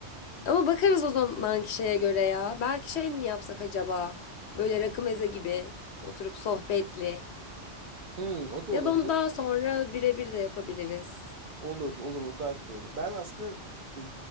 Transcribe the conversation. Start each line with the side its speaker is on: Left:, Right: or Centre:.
Left: Ama bakarız o zamanki şeye göre ya. Belki şey mi yapsak acaba? Böyle rakı meze gibi oturup sohbetli.
Right: Hmm, o da
Left: Ya
Right: olabilir.
Left: da onu daha sonra birebir de yapabiliriz.
Right: Olur olur o daha güzel olur. Ben aslında e,